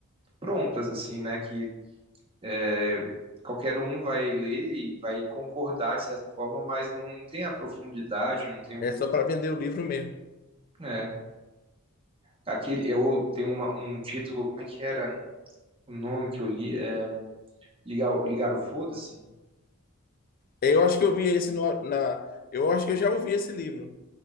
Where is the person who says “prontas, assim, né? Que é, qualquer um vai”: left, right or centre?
Right